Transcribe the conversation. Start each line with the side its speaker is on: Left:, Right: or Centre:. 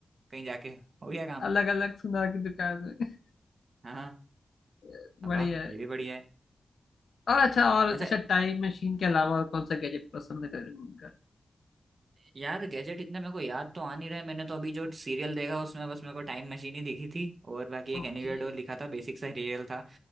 Right: कहीं जाके हो गया काम
Left: अलग अलग सुनार की दुकान में
Right: हाँ हाँ,
Left: <laughs> बढ़िया
Right: वाह
Left: है
Right: ये भी बढ़िया है
Left: और अच्छा और
Right: अच्छा
Left: अच्छा टाइम मशीन के अलावा और कौन सा गैजेट पसंद है तेरे को उनका
Right: यार गैजेट इतने मेरे को याद तो आ नहीं रहे मैंने तो अभी जो सीरियल देखा उसमें बस मेरे को टाइम मशीन ही दिखी थी और बाकी एक
Left: ओके
Right: एनीवेयर डोर लिखा था बेसिक सा सीरियल था